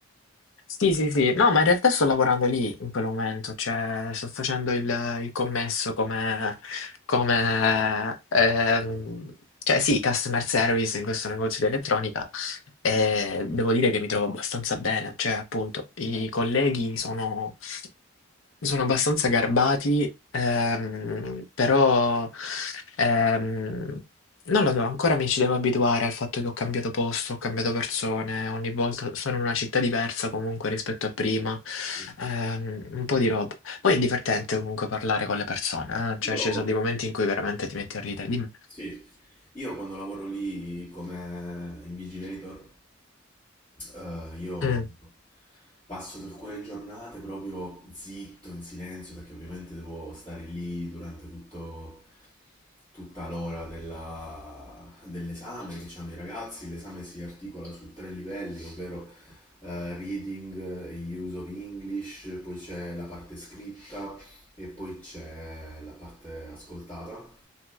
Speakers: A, on the left; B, on the left.
A: Sì, sì, sì. No, ma in realtà sto lavorando lì in quel momento, cioè sto facendo il, il commesso come, come ehm, cioè sì, customer service in questo negozio di elettronica e devo dire che mi trovo abbastanza bene, cioè appunto i colleghi sono Sono abbastanza garbati, ehm, però, ehm, non lo so, ancora mi ci devo abituare al fatto che ho cambiato posto, ho cambiato persone, ogni volta sono in una città diversa comunque rispetto a prima,
B: Sì.
A: ehm, un po' di roba. Poi è divertente comunque parlare con le persone, eh, Cioè
B: Io,
A: ci sono dei momenti in cui veramente ti metti a ridere. Dimmi.
B: sì, io quando lavoro lì come invigilator Eh, io
A: Mm.
B: passo per alcune giornate proprio zitto, in silenzio, perché ovviamente devo stare lì durante tutto- tutta l'ora della- dell'esame che hanno i ragazzi. L'esame si articola su tre livelli, ovvero eh, reading e use of English, poi c'è la parte scritta e poi c'è la parte ascoltata